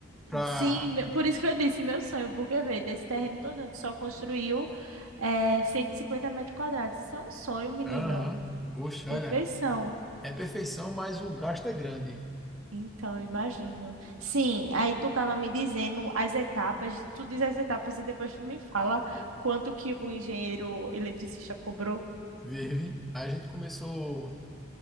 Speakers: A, in the centre; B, on the right (about 85°).
A: Pra.
B: Sim, me- por isso que eu disse meu sonho, porque, vê, desse terreno todo, tu só construiu é, 150 metros quadrados. Isso é um sonho, menino.
A: Aham. Poxa,
B: Perfeição.
A: olha. É perfeição, mas o gasto é grande.
B: Então, eu imagino. Sim, aí tu estava me dizendo as etapas, tu diz as etapas e depois tu me fala quanto que o engenheiro eletricista cobrou.
A: Vive. A gente começou.